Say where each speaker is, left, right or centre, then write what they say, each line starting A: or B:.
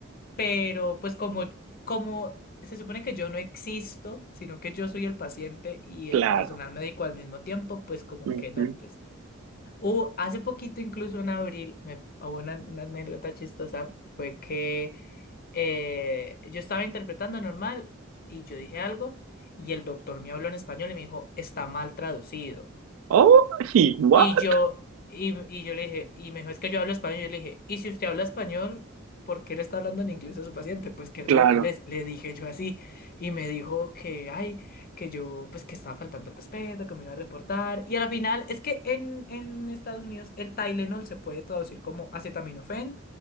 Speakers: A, on the left (about 45°); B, on the right (about 75°).
A: Pero pues como, como se supone que yo no existo, sino que yo soy el paciente y
B: Claro.
A: el personal médico al mismo tiempo, pues como
B: Ujú.
A: que no, pues. Uh, hace poquito, incluso en abril, me, hubo una, una anécdota chistosa, fue que eh, yo estaba interpretando normal y yo dije algo y el doctor me habló en español y me dijo, está mal traducido.
B: Oh, he- what?
A: Y yo, y, y yo le dije, y me dijo, es que yo hablo español. Yo le dije, y si usted habla español, ¿por qué le está hablando en inglés a su paciente? Pues qué ridículo
B: Claro.
A: es Le dije yo así. Y me dijo que, ay, que yo, pues que estaba faltando el respeto, que me iba a reportar. Y a la final, es que en, en Estados Unidos el Tylenol se puede traducir como acetaminofén,